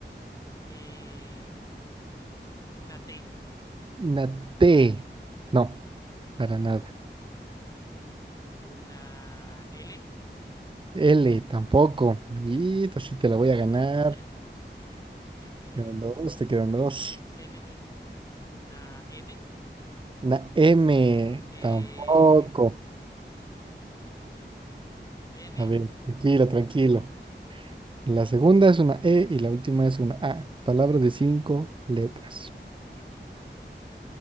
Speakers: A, on the left (about 20°); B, on the right (about 25°).
A: Eh, una T.
B: Una T.
A: Sí.
B: No, para
A: No.
B: nada.
A: Una L.
B: L tampoco.
A: Uf.
B: Y esta sí te la voy a ganar.
A: Me, queda- me quedan dos. Me quedan dos. Eh,
B: Quedan dos, te quedan dos.
A: que no es L, no es. Una M.
B: Una M
A: Eh,
B: tampoco.
A: M.
B: A ver, tranquilo, tranquilo. La segunda es una E y la última es una A. Palabras de cinco letras.